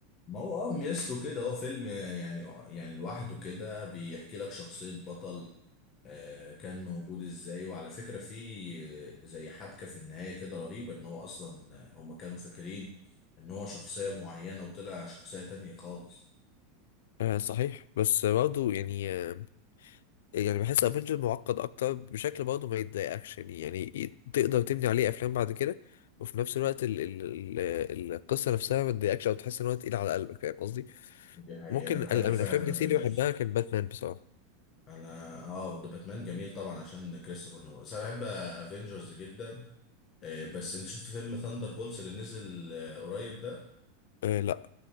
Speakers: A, on the left; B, on the left.
A: ما هو اه ميزته كده هو فيلم آه، يعني آه، يعني لوحده كده بيحكي لك شخصيه بطل آه، كان موجود ازاي وعلى فكره في آه، زي حبكه في النهايه كده رهيبه ان هو اصلا آه، هم كانوا فاكرين ان هو شخصيه معينه وطلع شخصيه تانية خالص
B: آه صحيح بس برضه يعني آه يعني بحس افنجر معقد اكتر بشكل برضه ما يتضايقكش يعني يعني ي- تقدر تبني عليه افلام بعد كده وفي نفس الوقت ال ال ال القصة نفسها ما تضايقكش او تحس ان هو تقيل على قلبك فاهم قصدي؟
A: دي حقيقة
B: ممكن
A: أنا بحب
B: ال-
A: فعلا
B: من الافلام اللي
A: افنجرز
B: سيدي بحبها كان باتمان بصراحة
A: أنا أه ده باتمان جميل طبعا عشان كريستوفر نولان بس أنا بحب افنجرز جدا آه، بس أنت شفت فيلم ثاندر بولز اللي نزل آه، قريب ده
B: آه لا